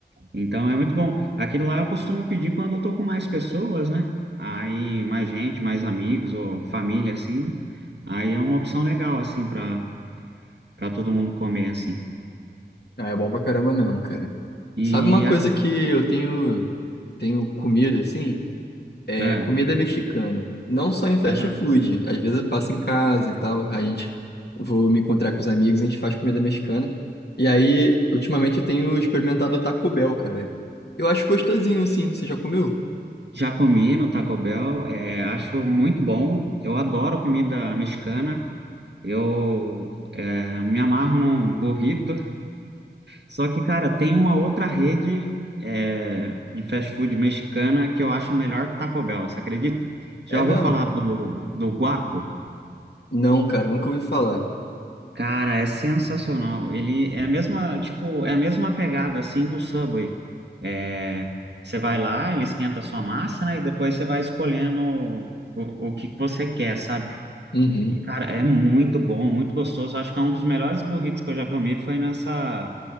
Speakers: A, on the right (about 75°); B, on the left (about 65°).
A: Então é muito bom. Aquilo lá eu costumo pedir quando eu tô com mais pessoas, né? Aí mais gente, mais amigos ou família assim. Aí é uma opção legal assim para para todo mundo comer assim.
B: Ah, é bom pra caramba mesmo, cara.
A: E
B: Sabe uma coisa
A: a,
B: que eu tenho, tenho comido assim? é,
A: ah,
B: comida mexicana. Não só em fast
A: ca-
B: food. Às vezes eu faço em casa e tal. A gente vou me encontrar com os amigos, a gente faz comida mexicana. E aí, ultimamente eu tenho experimentado o Taco Bell, cara. Eu acho gostosinho, assim. Você já comeu?
A: já comi no Taco Bell, é, acho muito bom. Eu adoro comida mexicana. Eu é, me amarro num burrito. Só que, cara, tem uma outra rede é, de fast food mexicana que eu acho melhor que o Taco Bell, você acredita? Já
B: É
A: ouviu
B: mesmo?
A: falar do, do Guaco?
B: Não, cara, nunca ouvi falar.
A: Cara, é sensacional. Ele é a mesma, tipo, é a mesma pegada assim do Subway. É, você vai lá, ele esquenta a sua massa, né? E depois você vai escolhendo o, o que você quer, sabe?
B: Uhum.
A: E, cara, é muito bom, muito gostoso. Acho que é um dos melhores burritos que eu já comi foi nessa